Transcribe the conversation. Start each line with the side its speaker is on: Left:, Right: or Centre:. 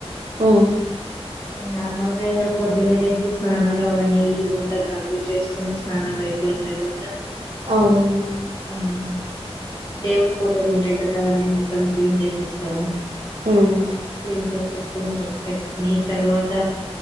Right: మ్మ్
Left: నార్మల్ గా ఇంకా పొద్దున్నే లేేసి స్నానాలు అవన్నీ ఇల్లు మొత్తం కంప్లీట్ చేసుకుని స్నానాలు అయిపోయిన తర్వాత
Right: అవునులేండి
Left: మ్మ్ దేవుడు ఫోటోలు ఉంటాయి కదా అవన్నీ మొత్తం క్లీన్ చేసేస్తాము
Right: ఉమ్
Left: క్లీన్ చేసేస్ అంతే పెట్టుకుని తర్వాత